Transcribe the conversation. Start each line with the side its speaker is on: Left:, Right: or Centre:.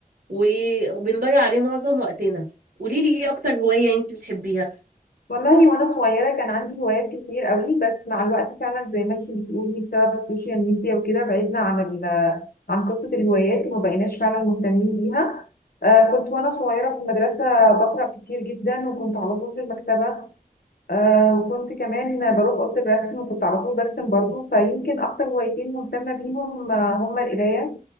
Right: وبنضيع عليه معظم وقتنا قولي لي ايه اكتر هواية انت بتحبيها
Left: والله وانا صغيرة كان عندي هوايات كتير قوي بس مع الوقت فعلا زي ما انت بتقولي بسبب السوشيال ميديا وكده بعدنا عن ال عن قصة الهوايات وما بقيناش فعلا مهتمين بيها آه كنت وانا صغيرة في المدرسة بقرأ كتير جدا وكنت على طول في المكتبة آه وكنت كمان بروح أوضة الرسم وكنت على طول برسم برضو فيمكن أكتر هوايتين مهتمة بيهم آه، هما القراية